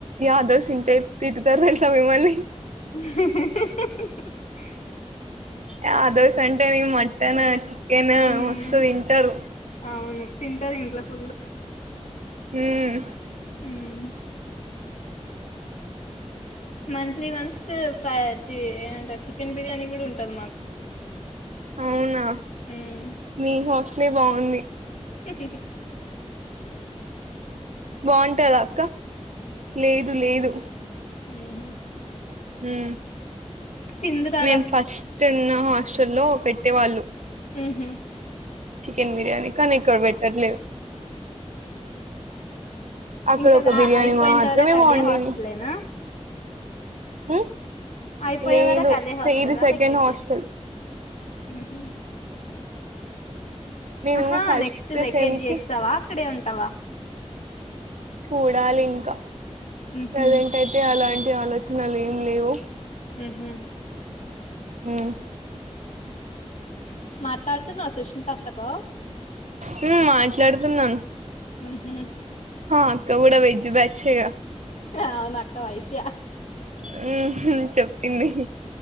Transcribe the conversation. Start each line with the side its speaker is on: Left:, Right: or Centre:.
Right: యాదవ్స్ ఇంతె తిట్టుతారు తెల్సా మిమ్మల్ని
Left: <inaudible>
Right: యాదవ్స్ అంటేనే మటన్ చికెన్
Left: మ్మ్
Right: మస్తు తింటారు
Left: అవును తింటారు ఇంట్ల ఫుల్
Right: ఉమ్
Left: ఉమ్ మంత్లీ వన్స్ ఫ్రైచి ఏంటారు చికెన్ బిర్యానీ కూడా ఉంటది మాకు
Right: అవునా
Left: మ్మ్
Right: మీహష్ అన్నీ బాగుం
Left: హ్మ్ ఇహ్
Right: బాగుంటదా అక్క లేదు లేదు
Left: ఉ హు
Right: ఉ
Left: తిందురారా
Right: నేను ఫస్ట్ ఉ ఛలో పెట్టేవాళ్ళు
Left: ఉ హు
Right: చికెన్ బిర్యానీ కానీ ఇక్కడ బెట్టట్లే అక్కడ
Left: ఇంకాలా
Right: ఒక బిర్యానీ
Left: అయిపోయంత
Right: మాత్రమే
Left: వరకు అదే
Right: బావుండేది.
Left: హాస్టల్నా
Right: హ్మ్.
Left: అయిపోయే
Right: లేదు
Left: వరకు అదే
Right: సో
Left: హాస్టల్
Right: ఇది సెకండ్
Left: వెకెయిట్
Right: హాస్టల్
Left: హు
Right: నేను
Left: ఆహా
Right: ఫస్ట్
Left: నెక్స్ట్ వెకేట్
Right: సెమ్
Left: చేస్తావా
Right: కి
Left: అక్కడే ఉంటా తవా
Right: చూడాలి ఇంక
Left: ఉహు
Right: ప్రెజెంట్ అయితే అలాంటి ఆలోచనలు ఏం లేవు
Left: ఇహుమ్
Right: ఇమ్
Left: మాట్లాడుతున్నావ సుష్మిత అక్కతో
Right: హ్మ్ మాట్లాడుతున్నా
Left: ఉహు
Right: హా గౌడ వేజ్ బ్యాచ్చే గా
Left: ఆ అవున అక్క వైశ్య
Right: హు చెప్పింది